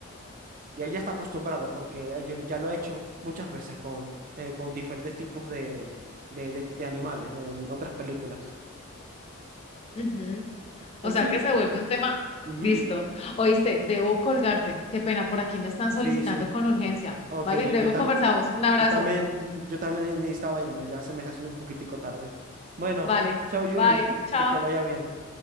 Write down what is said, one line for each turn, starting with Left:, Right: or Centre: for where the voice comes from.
Right: Y él ya está acostumbrado porque eh, yo ya lo he hecho muchas veces con, eh, con diferentes tipos de, de, de- de animales en otras películas.
Left: Ujú. O
Right: En
Left: sea
Right: fin.
Left: que se vuelve un tema,
Right: ujú,
Left: listo. Oíste, debo colgarte, qué pena, por aquí me están solicitando
Right: Sí, sí.
Left: con urgencia,
Right: Ok,
Left: ¿vale?
Right: yo,
Left: Luego
Right: yo también.
Left: conversamos, un abrazo,
Right: Yo también, mm, yo también necesitaba irme, ya se me está haciendo un poquitico tarde. Bueno,
Left: vale,
Right: chao Julie,
Left: bye, chao.
Right: que te vaya bien.